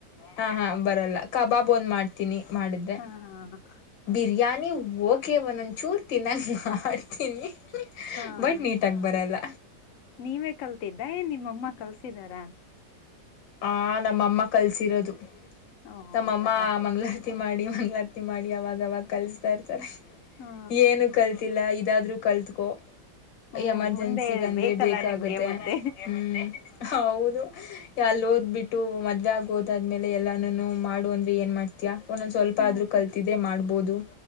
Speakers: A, on the left; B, on the left.
A: ಹಾ ಹಾ ಬರಲ್ಲ ಕಬಾಬ್ ಒಂದು ಮಾಡ್ತೀನಿ ಮಾಡಿದ್ರೆ
B: ಹಾ ಹಾ
A: ಬಿರಿಯಾನಿ ಓಕೆ ಒಂದ ಒಂದು ಚೂರು ತಿನ್ನಾಗ ಮಾಡ್ತೀನಿ
B: ಹಾ
A: ಬಟ್ ನೀಟ್ ತಗ ಬರಲ್ಲ
B: ನೀವೇ ಕಲ್ತಿದ್ದ ನಿಮ್ಮಮ್ಮ ಕಲ್ಸಿದಾರ
A: ಆ ನಮ್ಮಮ್ಮ ಕಲ್ಸಿರೋದು
B: ಓ ಹೌದಾ
A: ನಮ್ಮಮ್ಮ ಮಂಗ್ಗಳಾರ ಹತ್ತಿ ಮಾಡಿ ಮಂಗಳಾರತಿ ಮಾಡಿ ಅವಾಗವಾಗ ಕಲ್ಸ್ತಾ ಇರ್ತಾರೆ
B: ಹಾ
A: ಏನು ಕಲ್ತಿಲ್ಲ ಇದಾದ್ರೂ ಕಾಲತಕೋ
B: ಹ್ಮ್
A: ಎಮರ್ಜೆನ್ಸಿಗಂದ್ರೆ
B: ಮುಂದೆ ಬೇಕಲ್ಲ
A: ಬೇಕಾಗತ್ತೆ
B: ನಿಮ್ಗೆ ಮತ್ತೆ
A: ಹ್ಮ್ ಹೌದು ಅಲ್ಲಿ ಓದ್ಬಿಟ್ಟು ಮದ್ವೆಗ ಓದಾದ್ಮೇಲೆ ಎಲ್ಲಾನ ಮಾಡುವಂದ್ರ ಏನ್ ಮಾಡ್ತ ಒಂದೊಂದ್ ಸ್ವಲ್ಪ
B: ಹ್ಮ್
A: ಆದ್ರೂ ಕಲ್ತಿದ್ದೆ ಮಾಡ್ಬೋದು